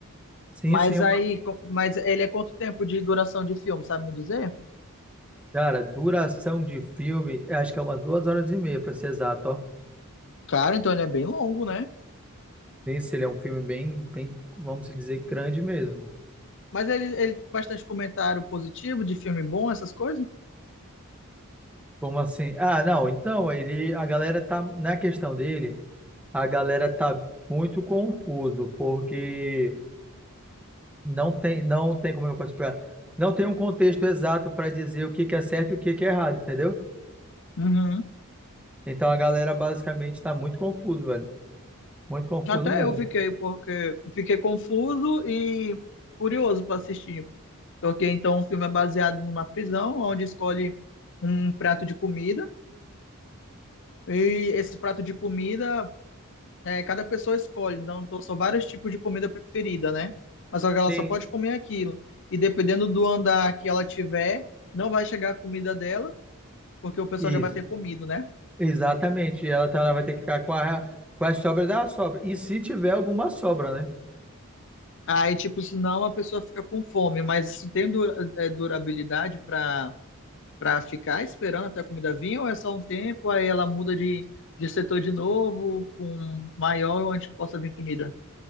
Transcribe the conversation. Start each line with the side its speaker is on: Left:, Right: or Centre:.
Centre: Sim,
Left: Mas
Centre: sim, é uma-
Left: aí, co- mas ele é quanto tempo de duração de filme, sabe me dizer?
Centre: cara, duração de filme, eu acho que é umas duas horas e meia, pra ser exato, ó.
Left: Cara, então ele é bem longo, né?
Centre: Esse ele é um filme bem, bem, vamos dizer, grande mesmo.
Left: Mas ele, ele tem bastante comentário positivo de filme bom, essas coisas?
Centre: Como assim? Ah, não, então, ele, a galera tá, na questão dele, a galera tá muito confuso, porque não tem, não tem como é que eu posso explicar? Não tem um contexto exato para dizer o que que é certo e o que que é errado, entendeu?
Left: Uhum.
Centre: Então a galera basicamente está muito confuso, velho. Muito confuso
Left: Até
Centre: mesmo.
Left: eu fiquei, porque fiquei confuso e curioso para assistir. Porque então o filme é baseado numa prisão, onde escolhe um prato de comida, e esse prato de comida, é, cada pessoa escolhe, então tô- são vários tipos de comida preferida, né? Mas só que ela
Centre: Sim,
Left: só pode comer aquilo. E dependendo do andar que ela tiver, não vai chegar a comida dela, porque o pessoal
Centre: isso.
Left: já vai ter comido, né?
Centre: Exatamente. E Ela, então, ela vai ter que ficar com a, com a sobra da sobra. E se tiver alguma sobra, né?
Left: Aí, tipo, senão a pessoa fica com fome, mas se tem dura- é, durabilidade para para ficar esperando até a comida vir, ou é só um tempo, aí ela muda de, de setor de novo, com maior onde possa vir comida?